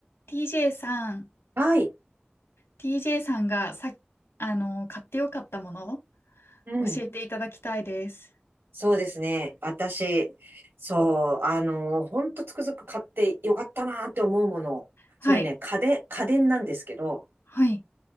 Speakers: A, on the left; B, on the right.
A: TJ さん、
B: はい。
A: TJ さんがさ、あの、買ってよかったものを
B: うん。
A: 教えていただきたいです。
B: そうですね。私、そう、あの、ほんとつくづく買ってよかったなーって思うもの。
A: はい。
B: それね、家電、家電なんですけど、
A: はい。